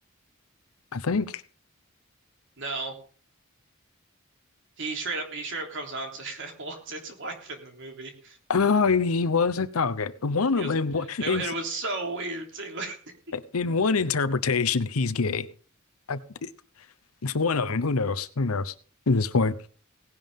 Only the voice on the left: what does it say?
I think.
Oh, he wasn't. Oh, okay. One
of
in one
in,
in one interpretation he's gay. I, it's one of them. Who knows? Who knows at this point?